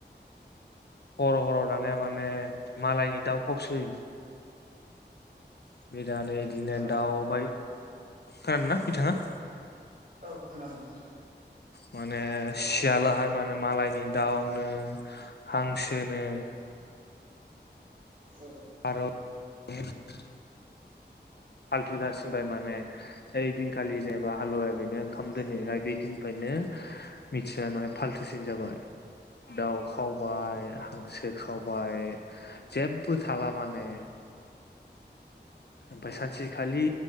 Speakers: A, on the left; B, on the right.
A: हर' हर' दानेया माने मालायनि दाउ खावसै। बे दानो इदिनो
B: जाला
A: दाउ
B: मानोना
A: बाय खोनादोना बिथांङा?
B: औ खोनादों।
A: माने सियालाहाय माने मालायनि दाउनो हांसोनो
B: <unintelligible> औ।
A: <unintelligible> फाल्थु जासिनबाय
B: औ
A: माने ओइ दिनखालि जेनेबा हालुवाया बेनो ओंखाम
B: औ
A: दोनैहाय बे <unintelligible> मिथिना माने फालथुसिन जाबाय दाउ खाव बाय
B: आदसा
A: हांसो खावबाय जेबबो थाला माने ओमफफ्राय
B: औ
A: सानसेखालि